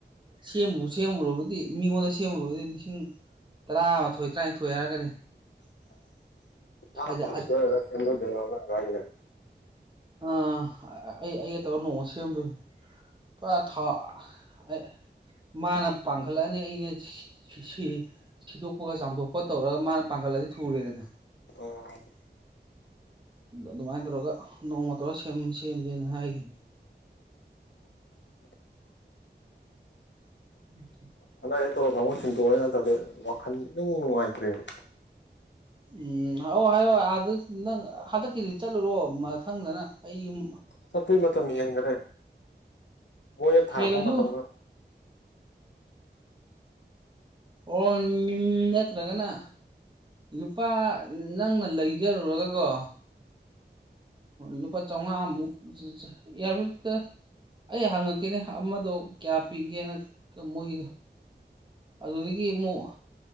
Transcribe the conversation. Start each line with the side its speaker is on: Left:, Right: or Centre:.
Right: ꯁꯦꯝꯃꯨ ꯁꯦꯝꯃꯨꯔꯕꯗꯤ ꯃꯤꯉꯣꯟꯗ ꯁꯦꯝꯃꯨꯔꯕꯗꯤ ꯂꯤꯁꯤꯡ ꯇꯔꯥꯃꯊꯣꯏ ꯇꯔꯥꯅꯤꯊꯣꯏ ꯍꯥꯏꯔꯛꯀꯅꯤ
Left: <unintelligible>
Right: ꯍꯥꯏꯗꯤ ꯑꯥ ꯑꯩ ꯑꯩꯒ ꯇꯧꯔ ꯅꯣꯡꯃ ꯁꯦꯝꯗꯣꯏꯅꯤ ꯄꯨꯔ ꯊꯥꯎ ꯑꯩ ꯃꯥꯅ ꯄꯥꯡꯈꯠꯂꯛꯑꯅꯤ ꯑꯩꯅ ꯁꯤ ꯁꯤꯗꯣꯛꯄꯒ ꯆꯥꯝꯊꯣꯛꯄ ꯇꯧꯔꯒ ꯃꯥꯅ ꯄꯥꯡꯈꯠꯂꯛꯑꯗꯤ ꯊꯨꯔꯦꯗꯅ
Left: ꯑꯣ
Right: ꯑꯗꯨꯃꯥꯏꯅ ꯇꯧꯔꯒ ꯅꯣꯡꯃ ꯇꯧꯔꯒ ꯁꯦꯝ ꯁꯦꯝꯖꯦꯅ ꯍꯥꯏꯒꯤꯝ
Left: <inaudible>
Right: <unintelligible>
Left: ꯍꯥꯟꯗꯛ ꯍꯦꯛ ꯇꯣꯂꯣꯞ ꯐꯪꯕꯒ ꯁꯤꯟꯇꯣꯛꯑꯅꯤ ꯅꯠꯇꯗꯤ ꯋꯥꯈꯟ ꯏꯅꯨꯡ ꯅꯨꯡꯉꯥꯏꯇ꯭ꯔꯦꯕ
Right: ꯎꯝ ꯑꯣ ꯍꯏꯌꯣ ꯑꯗ ꯅꯪ ꯍꯥꯟꯗꯛꯀꯤꯗꯤ ꯆꯥꯠꯂꯨꯔꯣ ꯃꯊꯪꯗꯅ ꯑꯩ ꯌꯨꯝ
Left: ꯆꯥꯠꯄꯩ ꯃꯇꯝ ꯍꯦꯟꯒꯔꯦ ꯃꯣꯏꯅ ꯊꯥꯔꯛꯄ
Right: ꯍꯦꯜꯂꯁꯨ
Left: ꯃꯇꯝꯗꯣ
Right: ꯑꯣ ꯅꯠꯇ꯭ꯔꯒꯅ ꯂꯨꯄꯥ ꯅꯪꯅ ꯂꯩꯖꯔꯨꯔꯒꯀꯣ ꯂꯨꯄꯥ ꯆꯧꯉꯃꯨꯛ ꯆꯥꯆꯥ ꯌꯥꯔꯕꯦꯛꯇ ꯑꯩ ꯍꯪꯉꯛꯀꯦꯅꯦ ꯑꯃꯗꯣ ꯀꯌꯥ ꯄꯤꯒꯦꯅ ꯃꯣꯏꯒꯤꯗꯣ ꯑꯗꯨꯗꯒꯤ ꯑꯃꯨꯛ